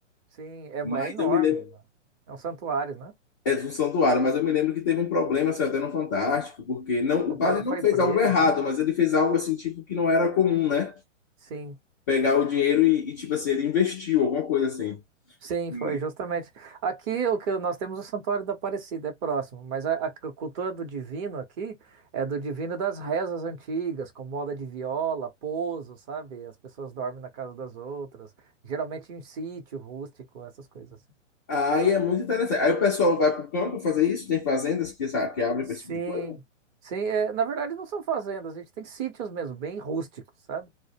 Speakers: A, on the right (about 30°); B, on the left (about 15°).
A: sim, é,
B: Mas
A: é enorme,
B: eu me lembro.
A: né? É um santuário, né?
B: É um santuário, mas eu me lembro que teve um problema, saiu até no Fantástico, porque não,
A: O
B: o padre
A: padre foi
B: não fez
A: preso.
B: algo errado, mas ele fez algo assim, tipo, que não era comum, né?
A: Sim,
B: pegar o dinheiro e, e, tipo assim, ele investiu, alguma coisa assim.
A: sim,
B: E
A: foi justamente. Aqui o que nós temos o Santuário da Aparecida, é próximo, mas a, a cultura do divino aqui é do divino das rezas antigas, com moda de viola, pouso, sabe? As pessoas dormem na casa das outras, geralmente em sítio rústico, essas coisas assim.
B: aí é muito interessante. Aí o pessoal vai pro campo fazer isso, tem fazendas que, sa- que abrem
A: Sim,
B: pra esse tipo de coisa.
A: sim, é, na verdade não são fazendas, a gente tem sítios mesmo, bem rústicos, sabe?